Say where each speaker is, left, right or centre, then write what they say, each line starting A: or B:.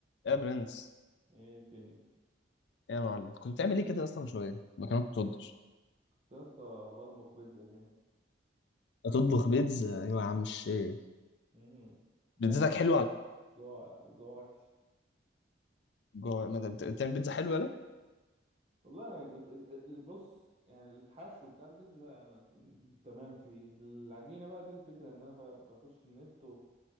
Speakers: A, on the left; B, on the right.
A: يا برنس
B: ايه الدنيا كنت
A: يا معلم كنت بتعمل ايه كده اصلا من شويه ما كانت بتطبخ
B: يا اسطى بطبخ بيتزا كده
A: تطبخ بيتزا ايوه يا عم الشيخ
B: امم
A: بيتزتك
B: لازم
A: حلوه على
B: الجوع الجوع وحش
A: جوه ما أنت بت- بتعمل بيتزا حلوه يلا
B: والله جت- بص يعني الحشو بتاع البيتزا انا تمام فيه العجينه بقى دي الفكره ان انا ب- بخش النت